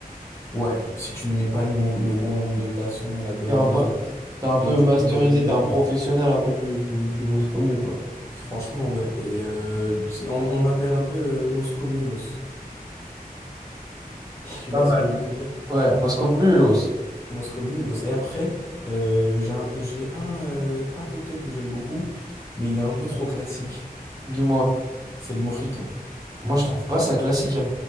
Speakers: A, on the left; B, on the right.
A: Ouais, si tu me mets pas le nom, le bon nombre de glaçons, la bonne
B: T'es un
A: dose
B: peu, t'es- t'es un peu
A: de
B: masterisé,
A: ginger beer,
B: t'es un professionnel un peu du du, du Moscow Mule, quoi.
A: Franchement, ouais. Et euh, c'est- on, on m'appelle un peu euh, Moscow Mulos. <laughs> Tu
B: Pas
A: vois
B: mal.
A: ce que je veux dire?
B: Ouais, Moscow Mulos.
A: Moscow Mulos. Et après, euh, j'ai un, j'ai un, euh, un cocktail que j'aime beaucoup, mais il est un peu trop classique.
B: Dis-moi.
A: C'est le mojito.
B: Moi, je trouve pas ça classique. hein.